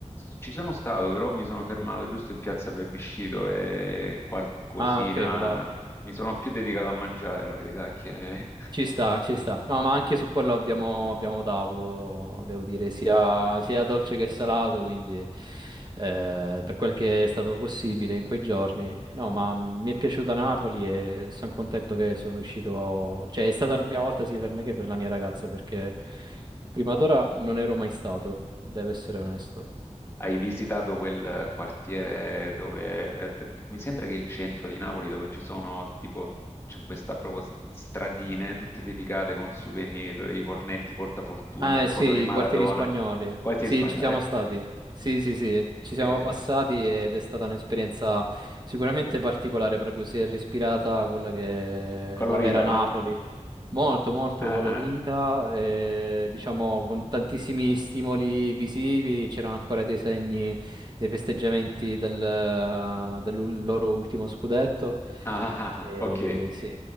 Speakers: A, on the left; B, on the right.
A: Ci sono stato, però mi sono fermato
B: Mm.
A: giusto in piazza Plebiscito e qualcosina.
B: Ah, ok, quella...
A: Mi sono più dedicato a mangiare, la verità è che
B: Ci sta, ci sta. No, ma anche su quello abbiamo, abbiamo votato, devo dire, sia, sia dolce che salato, quindi eh, per quel che è stato possibile in quei giorni. No, ma mi è piaciuta Napoli e sono contento che sono riuscito... Cioè, è stata la prima volta sia per me che per la mia ragazza, perché prima d'ora non ero mai stato, devo essere onesto.
A: <laughs> hai visitato quel quartiere dove eh, eh, mi sembra che il centro di Napoli dove ci sono tipo c'è questa proprio stradine tutte dedicate con souvenir, i cornetti, portafortuna,
B: Ah, eh
A: foto
B: sì,
A: di Maradona,
B: i quartieri spagnoli.
A: quartiere
B: Sì,
A: spagnolo.
B: ci siamo
A: eh,
B: stati. Sì, sì, sì, ci siamo
A: sì, eh,
B: passati ed è stata un'esperienza sicuramente particolare, proprio si è respirata quella che
A: colorita,
B: è la vera Napoli.
A: no?
B: Molto, molto
A: Ah,
B: colorita,
A: ah,
B: eh, diciamo con tantissimi stimoli visivi, c'erano ancora dei segni dei festeggiamenti del, del loro ultimo scudetto.
A: ah, ah,
B: Eh,
A: ah, ok.
B: sì,